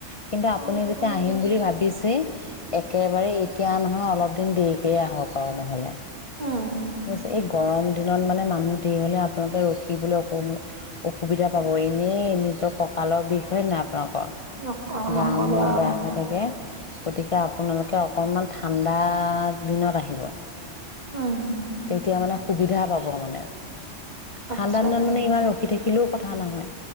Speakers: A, on the left; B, on the right.
A: কিন্তু আপুনি
B: উম
A: যেতিয়া আহিম বুলি ভাবিছেই একেবাৰে এতিয়া নহয়, অলপ দিন দেৰিকেই আহক আৰু নহলে।
B: উম
A: বুইছে, এই গৰম দিনত মানে মানুহ ঢেৰ হলে আপোনালোকে ৰখিবলৈ অসু অসুবিধা পাব, এনেই নিজৰ কঁকালৰ বিষ, হয় নাই আপোনাৰ
B: নক নকবা
A: গা মূৰ
B: আৰু
A: বেয়া হৈ থাকে, গতিকে আপোনালোকে অক কনমান ঠাণ্ডা দিনত আহিব।
B: উম।
A: তিয়া মানে সুবিধা পাব মানে ঠাণ্ডা
B: আচ্ছা
A: দিনত মানে ইমান ৰখি থাকি শিকিলেও কথা নহয়।